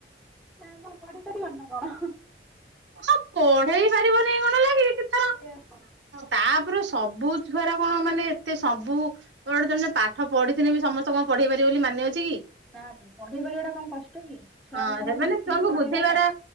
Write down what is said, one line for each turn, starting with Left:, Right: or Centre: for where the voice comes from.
Centre: ସେ ଆଉ କଣ ପଡିି଼ପାରିବନି ନା କଣ?
Right: ହଁ ପଢ଼େଇ ପାରିବନି କଣ ଲାଗି କିନା
Centre: ସେୟା
Right: ତାପରେ ସବୁ ଛୁଆର କଣ ମାନେ ଏତେ ସବୁ ଗୋଟେ ତମ ଯ ପାଠ ପଢି଼ଥିଲେ ବି ସମସ୍ତେ କଣ ପଢ଼େଇ ପାରିବ ବୋଲି ମାନେ ଅଛି କି?
Centre: ନା ତ ପଢ଼େଇ ବାଟା କଣ କଷ୍ଟ କି ଛୁଆଙ୍କ
Right: ହଁ
Centre: ସାଙ୍ଗରେ
Right: ସେମାନେ
Centre: ମିଶିକି
Right: ଛୁଆଙ୍କୁ
Centre: ପଢ଼େଇବା
Right: ବୁଝେଇବାଟା
Centre: ଟା?